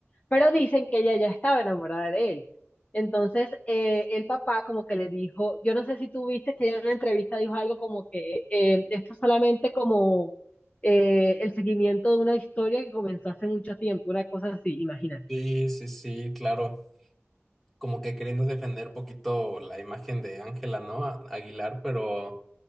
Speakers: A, on the left; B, in the centre.
A: pero dicen que ella ya estaba enamorada de él. Entonces, eh, el papá como que le dijo, yo no sé si tú viste que ella en una entrevista dijo algo como que eh, esto es solamente como eh, el seguimiento de una historia que comenzó hace mucho tiempo, una cosa así, imagínate.
B: Sí, sí, sí, claro. Como que queriendo defender poquito la imagen de Ángela, ¿no? A- Aguilar, pero